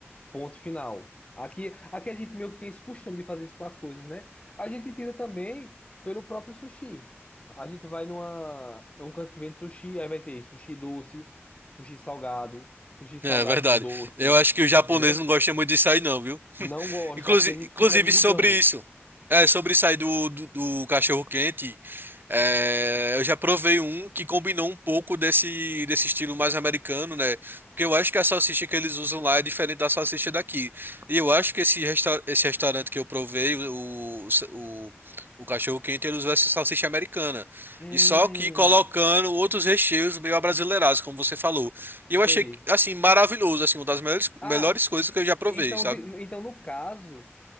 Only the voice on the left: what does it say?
Ponto final. Aqui, aqui a gente meio que tem esse costume de fazer isso com as coisas, né? A gente tira também pelo próprio sushi. A gente vai numa, num canto que vende sushi, aí vai ter sushi doce, sushi salgado, sushi salgado
com doce,
entendeu?
Não gosto.
Aqui a gente
fica mudando.
Hum,
entendi.
Ah,
e-
então,
de- então no caso,